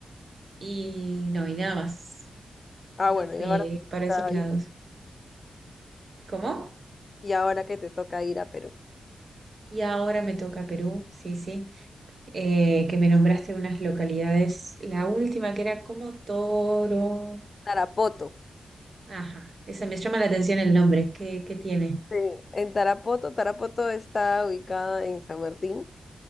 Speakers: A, on the right (about 55°); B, on the left (about 40°).
A: y no, y nada más.
B: Ah,
A: No
B: bueno,
A: fui
B: y ahora que te
A: para
B: toca
A: esos lados.
B: ir,
A: ¿Cómo?
B: y ahora que te toca ir a Perú.
A: Y ahora me toca Perú, sí, sí. Eh, que me nombraste unas localidades. La última que era como Toro.
B: Tarapoto.
A: Ajá, esa me llama la atención el nombre. ¿Qué, qué tiene?
B: Sí, en Tarapoto. Tarapoto está ubicada en San Martín,